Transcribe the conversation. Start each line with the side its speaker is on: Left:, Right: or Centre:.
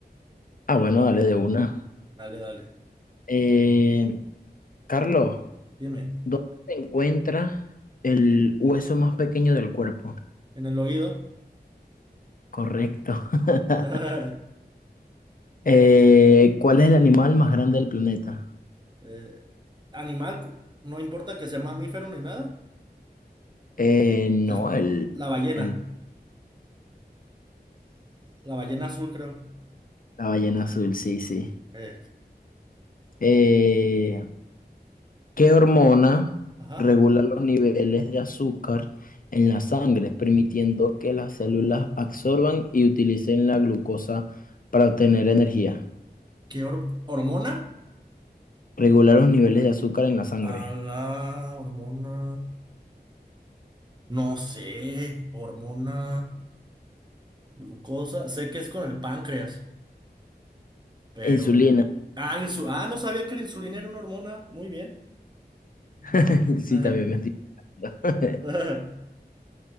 Left: Ah, bueno, dale de una.
Right: Dale, dale.
Left: Eh, Carlos,
Right: Dime.
Left: ¿dónde se encuentra el hueso más pequeño del cuerpo?
Right: ¿En el oído?
Left: Correcto. <laughs>
Right: <laughs>
Left: Eh, ¿cuál es el animal más grande del planeta?
Right: Eh, animal, cu- no importa que sea mamífero ni nada.
Left: Eh, no,
Right: Es
Left: el,
Right: la ballena.
Left: el,
Right: La ballena azul, creo.
Left: la ballena azul, sí, sí.
Right: Eh,
Left: Eh, ¿qué hormona
Right: ajá.
Left: regula los niveles de azúcar en la sangre, permitiendo que las células
Right: Hormona.
Left: absorban y utilicen la glucosa para obtener energía?
Right: ¿Qué hor- hormona?
Left: Regular los niveles de azúcar en la sangre.
Right: A la hormona. No sé, hormona, glucosa, sé que es con el páncreas, pero...
Left: Insulina.
Right: Ah, insu- ah, no sabía que la insulina era una hormona, muy bien.
Left: <laughs> Sí,
Right: <laughs>
Left: también me estoy... <laughs> equivocando.
Right: Ajá.